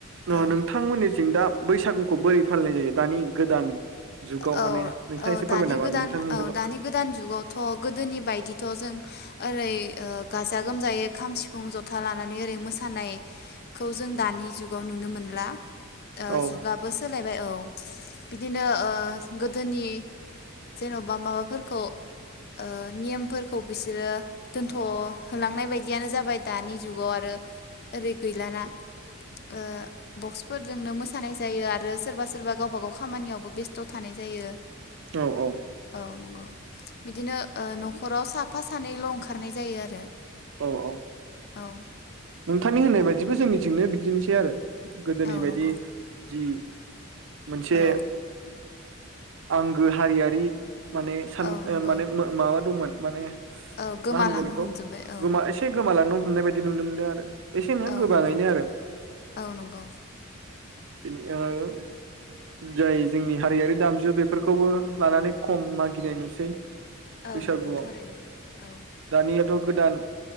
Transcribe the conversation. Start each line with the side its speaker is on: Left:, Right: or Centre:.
Right: न-नोंथांमोननिथिं
Left: औ
Right: दा बैसागुखौ बोरै फालिनाय जायो दानि गोदान जुगाव
Left: औ
Right: माने नोंथाङा
Left: औ
Right: एसे
Left: दानि
Right: फोरमायनो हागोन
Left: गोदान
Right: नोंथांनि ओनसोलाव
Left: औ दानि गोदान जुगावथ' गोदोनि बायदिथ' जों ओरै ओ गाजा गोमजायै खाम, सिफुं, जथा लानानै ओरै मोसानायखौ जों दानि जुगाव नुनो मोनला ओ
Right: औ
Left: जुगाबो सोलायबाय औ बिदिनो ओ गोदोनि जेन'बा माबाफोरखौ ओ नियमफोरखौ बिस सोरो दोनथ'होलांनाय बायदियानो जाबाय दानि जुगाव आरो ओरै गैलाना ओ बक्सफोरजोंनो मोसानाय जायो आ रो सोरबा सोरबा गावबा गाव खामानियावबो बेस्थ' थानाय जायो
Right: औ
Left: औ नंगौ बिदिनो ओ न'खराव साफा सानैल' ओंखार खारनाय जायो आरो
Right: औ औ
Left: औ
Right: नोंथांनि होननाय बायदिबो जोंनि थिंनो बिदिनोसै आरो गोदोनि
Left: औ
Right: बायदि
Left: नंगौ
Right: जि मोनसे
Left: औ
Right: आंगो हारियारि माने सान
Left: औ नंगौ
Right: माने माबा दंमोन माने
Left: औ गोमालांनो
Right: मा होनगोन बेखौ
Left: हमजोबबाय औ
Right: गोमा एसे गोमालांनो हमनाय बायदि नुनो मोनदों आरो एसेनो
Left: औ
Right: गोबाङैनो
Left: नंगौ
Right: आरो
Left: औ नंगौ
Right: बिनि ओ जाय जोंनि हारियारि दामजु बेफोरखौबो लानानै खम मागिनाय नुसै
Left: औ
Right: बैसागुआव
Left: नंगौ थारैनो औ
Right: दानियाथ' गोदान